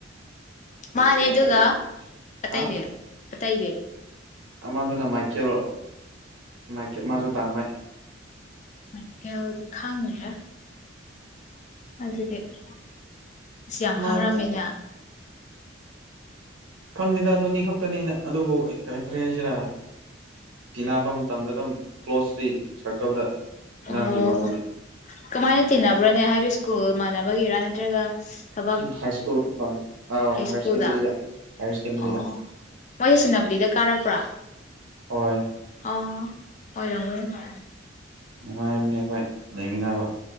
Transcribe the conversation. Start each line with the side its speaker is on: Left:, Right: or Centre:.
Left: ꯃꯥꯅꯦꯗꯨꯒ ꯑꯠꯇꯗꯦ
Right: ꯍꯥ
Left: ꯑꯇꯩꯥꯏꯗ
Right: ꯑꯃꯗꯨꯅ ꯃꯥꯏꯀꯦꯜꯣ ꯃꯥꯏꯀꯩ ꯃꯥꯁꯨ ꯇꯥꯡ ꯃꯥꯏ
Left: ꯃꯀ ꯍꯧꯗꯤ ꯈꯥꯡꯕ ꯑꯗꯨꯖꯤꯗꯒꯤ ꯁꯤ ꯌꯥꯝ
Right: ꯃꯥ
Left: ꯈꯪꯔꯝꯃꯤꯅꯦ
Right: ꯈꯪꯗꯦꯗ ꯑꯗꯨꯅꯤ ꯈꯛꯇꯅꯤꯅ ꯑꯗꯨꯕꯨ ꯀꯩꯅꯛꯇꯔꯤ ꯍꯥꯏꯁꯤꯔ ꯇꯤꯕ ꯃꯇꯝꯗ ꯑꯗꯨꯝ ꯀ꯭ꯂꯣꯁꯂꯤ ꯁꯥꯔꯀꯜꯗ ꯇꯤꯟꯅꯈꯤꯕ
Left: ꯑꯣ
Right: ꯑꯗꯨꯒꯤ
Left: ꯀꯃꯥꯏꯅ ꯇꯤꯟꯅꯕ꯭ꯔꯣꯅꯦ ꯍꯥꯏꯕꯤ ꯣ ꯃꯜꯕꯒ ꯏꯔ ꯅꯠꯇ꯭ꯔꯒ ꯑ ꯊꯕꯛ
Right: ꯍꯥꯏ ꯁ꯭ꯀꯨꯜ ꯍꯣꯏ ꯑꯥꯎ
Left: ꯍꯥꯏ
Right: ꯍꯥꯌꯔ
Left: ꯁ꯭ꯀꯨꯜꯗ
Right: ꯁꯦꯀꯦꯟꯗꯔꯤꯗ ꯍꯥꯌꯔ ꯁꯦꯀꯦꯟꯗꯔꯤꯗ
Left: ꯑꯣ ꯃꯣꯏꯁꯁꯤꯟꯅꯕꯗꯤꯗ ꯀꯥꯔꯛꯄ꯭ꯔꯥ
Right: ꯍꯣꯏ
Left: ꯑꯣ ꯑꯣꯏꯔ ꯍ
Right: ꯅꯨꯡꯉꯥꯏꯝꯅꯤ ꯑꯩꯈꯣꯏ ꯂꯩꯃꯤꯟꯅꯕ